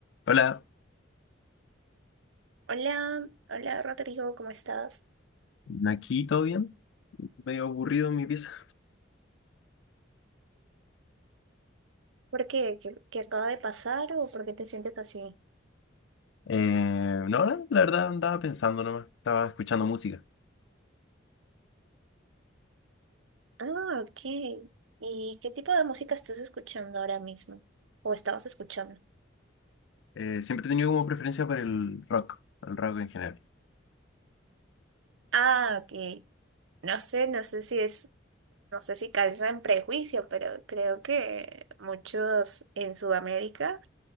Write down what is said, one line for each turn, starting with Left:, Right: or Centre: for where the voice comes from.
Left: Hola,
Right: Hola, hola Rodrigo, ¿cómo estás?
Left: aquí todo bien, medio aburrido en mi pieza.
Right: ¿Por qué? ¿Qué, qué acaba de pasar o por qué te sientes así?
Left: Eh, no, no, la verdad andaba pensando nomás, estaba escuchando música.
Right: Ah, ok. ¿Y qué tipo de música estás escuchando ahora mismo? ¿O estabas escuchando?
Left: Eh, siempre he tenido como preferencia por el rock, el rock en general.
Right: Ah, ok. No sé, no sé si es, no sé si calza en prejuicio, pero creo que muchos en Sudamérica